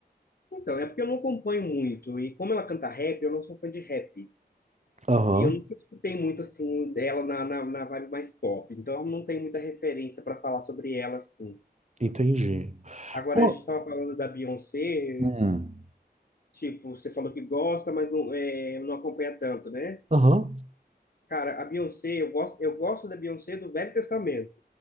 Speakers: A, on the left (about 65°); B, on the right (about 45°).
A: Então, é porque eu não acompanho muito. E como ela canta rap, eu não sou fã de rap.
B: Aham,
A: E eu nunca escutei muito assim dela na, na, na vibe mais pop, então não tem muita referência para falar sobre ela assim.
B: entendi.
A: Agora
B: Pô,
A: a gente estava falando da Beyoncé,
B: Hum.
A: tipo, você falou que gosta, mas não, é, não acompanha tanto, né?
B: Aham.
A: Cara, a Beyoncé, eu gosto, eu gosto da Beyoncé do Velho Testamento,